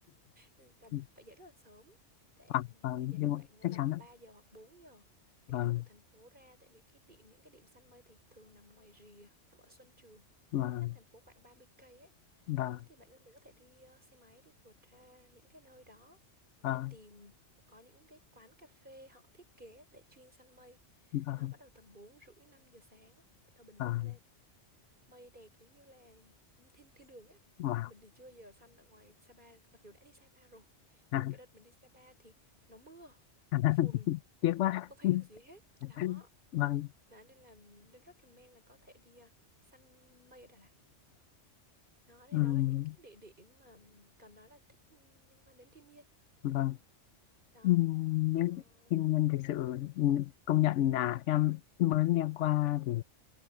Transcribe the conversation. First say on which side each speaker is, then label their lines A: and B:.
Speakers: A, on the right (about 45°); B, on the left (about 80°).
A: <laughs> tầm
B: Ừ,
A: phải dậy rất là sớm. Tại
B: wow vâng,
A: phải dậy
B: nhưng
A: khoảng
B: mà
A: ờ,
B: chắc
A: tầm
B: chắn ạ
A: 3 giờ hoặc bốn giờ để
B: vâng
A: đi từ thành phố ra tại vì cái điểm những cái điểm săn mây thì thường nằm ngoài rìa, nằm ở Xuân Trường,
B: vâng
A: cách thành phố khoảng 30 cây ấy.
B: vâng
A: Đó thì bạn mình có thể đi ờ, xe máy đi vượt ra những cái nơi đó
B: vâng
A: và tìm có những cái quán cà phê họ thiết kế để chuyên săn mây
B: vâng
A: đó, bắt đầu tầm 4 rưỡi 5 giờ sáng bắt đầu bình
B: vâng
A: minh lên. Mây đẹp giống như là như thiên thiên đường ấy.
B: wow
A: Mình thì chưa giờ săn ở ngoài Sapa mặc dù đã đi Sapa rồi. Nhưng
B: à,
A: mà cái đợt mình đi Sapa thì nó mưa,
B: <laughs>
A: mưa phùn,
B: tiếc quá
A: không thấy được gì hết. Đó,
B: vâng vâng
A: đó nên là nên recommend là có thể đi à, săn mây ở Đà Lạt. Đó thì
B: Ừm,
A: đó là những cái địa điểm mà còn nói là thích ừ, liên quan đến thiên nhiên.
B: vâng
A: Đó.
B: Ừm,
A: Còn
B: nếu thiên nhiên thực sự ừ, công nhận là em mới nghe qua thì